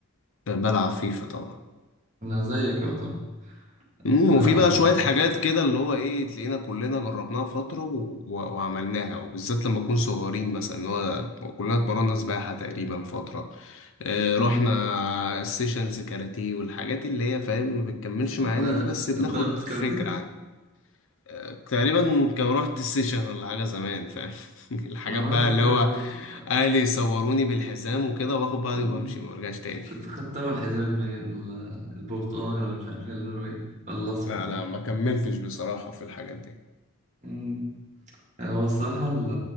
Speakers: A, on the left (about 65°); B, on the right (about 35°).
A: بلعب فيفا طبعا
B: أنا زيك يعتبر
A: مم،
B: آه...
A: وفي بقى شوية حاجات كده اللي هو ايه تلاقينا كلنا جربناها فترة و... و... وعملناها وبالذات لما نكون صغيرين مثلا اللي هو كلنا اتمرنا سباحة تقريبا فترة اه رحنا
B: مم.
A: السيشنز كاراتيه والحاجات اللي هي فاهم ما بتكملش
B: أنا
A: معانا دي بس بناخد
B: ضربت كاراتيه
A: فكرة عن آه، تقريبا كان رحت السيشن ولا حاجة زمان فاهم <laughs> الحاجات
B: أنا
A: بقى
B: وأنا صغير
A: اللي هو
B: برضه
A: اهلي صوروني بالحزام وكده واخد بعضي
B: مم.
A: وبمشي ما برجعش تاني
B: كنت خدت أول حزام بين ال- البرتقالي ولا مش عارف إيه اللون إيه ولا
A: <laughs>
B: الأصفر
A: لا لا ما كملتش بصراحة في الحاجات
B: مم. هو الصراحة ال-